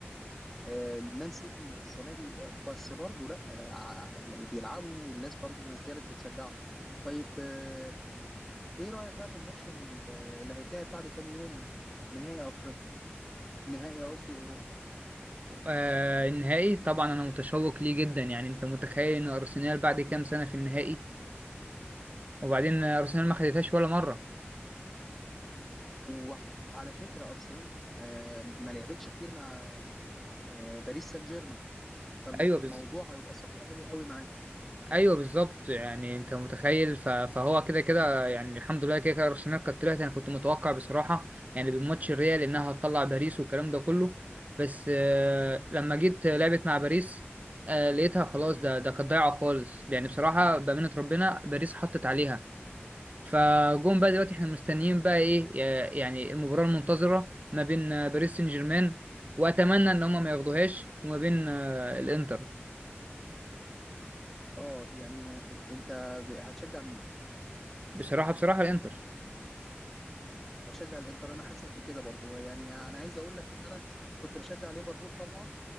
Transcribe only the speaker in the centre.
آه، المان سيتي السنه دي بس برضه لا ع- يعني بيلعبوا والناس برضه ما زالت بتشجعهم طيب آه، ايه رايك بقى في الماتش ال- اللي هيتلعب بعد كام يوم نهائي افريقيا نهائي قصدي اوروبا
وعلى فكرة أرسنال آه، ما لعبتش كتير مع آه، باريس سان جيرمان فالموضوع
هيبقى صعب قوي قوي معاهم
اه يعني انت ب- هتشجع مين
هتشجع الانتر انا حاسس بكده برضو يعني انا عايز اقول لك ان انا كنت بشجع ليفربول طبعا